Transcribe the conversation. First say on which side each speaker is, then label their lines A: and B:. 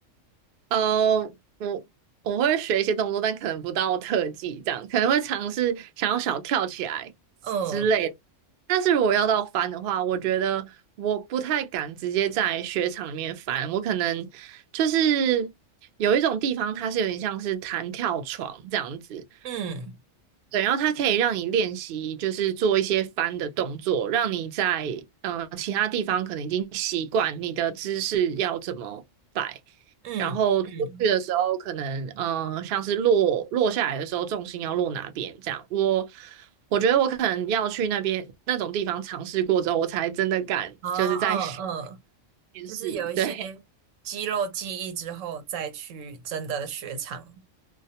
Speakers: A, on the right; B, on the right.
A: 呃，我我会学一些动作，但可能不到特技这样，可能会尝试想要小跳起来之类的
B: 嗯。
A: 但是如果要到翻的话，我觉得我不太敢直接在雪场里面翻，我可能就是有一种地方它是有点像是弹跳床这样子，
B: 嗯
A: 对，然后它可以让你练习，就是做一些翻的动作，让你在呃其他地方可能已经习惯你的姿势要怎么摆。
B: 嗯嗯，
A: 然后出去的时候，可能嗯、呃像是落落下来的时候，重心要落哪边这样。我我觉得我可能要去那边那种地方尝试过之后，我才真的敢就是在学
B: 哦哦嗯，
A: 面
B: 就是有一些
A: <laughs> 试。对
B: 肌肉记忆之后，再去真的雪场